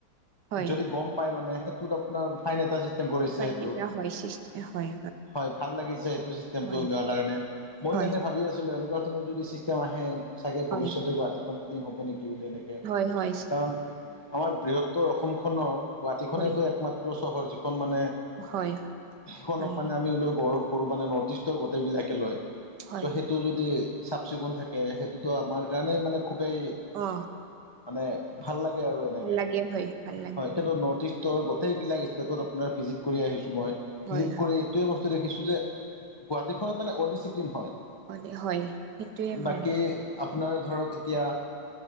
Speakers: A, on the right; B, on the left.
A: হয়
B: যদি গম পাই মানে, সেইটোত আপোনাৰ ফাইন এটা কৰিছে
A: চাৰিটা
B: সেইটো।
A: হয় সৃষ্টি হয়
B: হয় ভাল লাগিছে চিষ্টেম
A: হয়
B: এটা উলিয়াই। কাৰণে, ময়ো
A: হয়
B: এনে ভাবি আছিলোঁ এনেকুৱা ধৰণৰ যদি চিষ্টেম আহে চাগে
A: হয়
B: ভৱিষ্যতে গুৱাহাটীখন, হ'ব নেকি বুলি। এনেকে
A: হয় হয়
B: কাৰণ আমাৰ বৃহত্তৰ অসম খনৰ গুৱাহাটীখনেইটো
A: হয়
B: একমাত্ৰ চহৰ। যিখন মানে
A: হয়
B: সেইখনক
A: হয়
B: মানে আমি লৈ গৌৰৱ কৰোবানে নৰ্থ ইষ্টৰ গোটেই বিলাকে লয়।
A: হয়
B: তোৰ যদি চাফ চিকুণ থাকে। সেইটোৱে টো আমাৰ কাৰণেই মানে খুবেই,
A: অ।
B: মানে ভাল লাগে আৰু। এনেকে
A: ভাল
B: হয়,
A: লাগে ভাল লাগে
B: কিন্তু নৰ্থ ইষ্ট টৰ গোটেইবিলাক ষ্টেত আপোনাৰ ভিজিট কৰি আহিছো মই।
A: হয়
B: ভিজিট কৰি এইটোৱে বস্তু দেখিছো যে, গুৱাহাটীখনত মানে অডিচিপ্লিন হয়।
A: হয় হয় সেইটোৱে
B: বাকী
A: মেম
B: আপোনাৰ ধৰক, এতিয়া